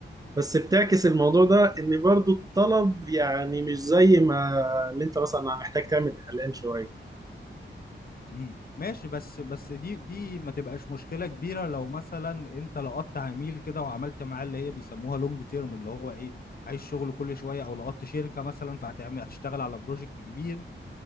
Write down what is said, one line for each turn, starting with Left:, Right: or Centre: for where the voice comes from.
Right: بس بتعكس الموضوع ده ان برضو الطلب يعني مش زي ما اللي انت مثلا محتاج تعمل اعلان شويه
Left: امم ماشي بس بس دي دي ما تبقاش مشكلة كبيرة لو مثلا أنت لقطت عميل كده وعملت معاه اللي هي بيسموها لونج تيرم اللي هو إيه عايز شغل كل شوية أو لقطت شركة مثلا فهتعمل هتشتغل على بروجكت كبير